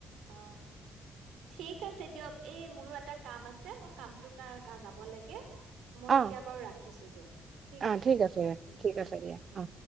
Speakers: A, on the right; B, on the right.
A: অ', ঠিক আছে দিয়ক, এই মোৰো এটা কাম আছে, মই কামটো কাৰ কা যাব লাগে। মই
B: অ
A: এতিয়া বাৰু ৰাখিছো দিয়ক, ঠিক
B: অ
A: আছে, উম, উম,
B: ঠিক আছে দিয়া
A: উম
B: অ